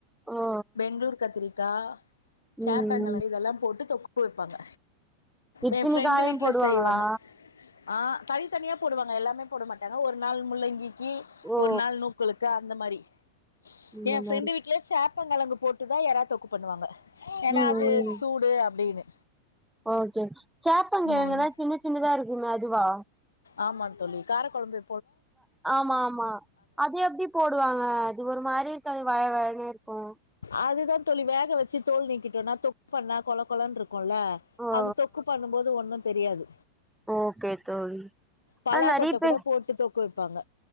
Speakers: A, in the centre; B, on the left.
A: ஓ ஓ
B: பெங்களூர் கத்திரிக்கா சேப்பங்கிழங்கு
A: ம் ம்
B: இதெல்லா போட்டு தொக்கு குடுப்பாங்க
A: இத்தினி
B: ஏ ஃப்ரெண்டு
A: காயும்
B: வீட்ல
A: போடுவாங்களா
B: செய்வாங்க ஆ தனித்தனியா போடுவாங்க எல்லாமே போட மாட்டாங்க ஒரு நாள் முள்ளங்கிகி
A: ஓ ஓ
B: ஒரு நாள் நூக்களு அந்த மாரி
A: இந்த
B: ஏ
A: மாரி
B: பிரெண்டு் வீட்ல சேப்ப கிழங்கு போட்டுதா எறா தொக்கு பண்ணுவாங்க ஏனா
A: ம்
B: அது
A: ம்
B: சூடு அப்டின்னு
A: ஓகே சேப்பங்கெழங்குனா
B: ம்
A: சின்ன சின்னதா இருக்குமே அதுவா
B: ஆமா தோழி கார குழம்பு
A: ஆமா ஆமா அது எப்டி போடுவாங்க அது ஒரு மாரி இருக்காது வழழனு இருக்கு
B: அதுதா தோழி வேக வச்சு தோல் நீக்கிட்டோனா தொக்கு பண்ணா கொழ கொழன்னுருக்கு இருக்குல
A: ஓ ஓ
B: அது தொக்கு பண்ணும்போது ஒன்னு தெரியாது
A: ஓகே தோழி
B: பலா
A: ஆனா நெறைய
B: கொட்ட
A: பேர்
B: கூட போட்டு தொக்கு வைப்பாங்க